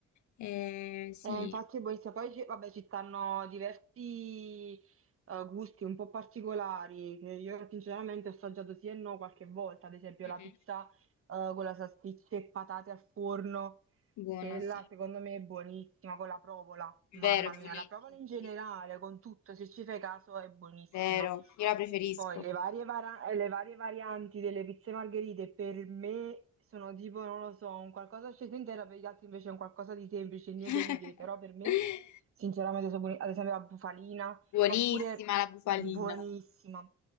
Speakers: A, on the left; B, on the right.
A: Eh, sì,
B: Eh, infatti il barista, poi ci, vabbè, ci stanno diversi eh, gusti un po' particolari, che io sinceramente ho assaggiato sì e no qualche volta, ad esempio
A: Mhm.
B: la pizza eh, con la salsiccia e patate al forno,
A: buona,
B: quella
A: sì,
B: secondo me è buonissima con la provola, mamma
A: vero, buonissima,
B: mia, la provola in generale,
A: sì, sì.
B: con tutto, se ci fai caso, è buonissima.
A: vero, io la preferisco.
B: Poi le varie, vara- eh, le varie varianti delle pizze margherite per me sono tipo, non lo so, un qualcosa sceso intero, per gli altri invece è un qualcosa di semplice, niente
A: <laughs>
B: di che, però per me sinceramente sono buoni, ad esempio la bufalina.
A: Buonissima
B: Oppure
A: la bufalina,
B: buonissima.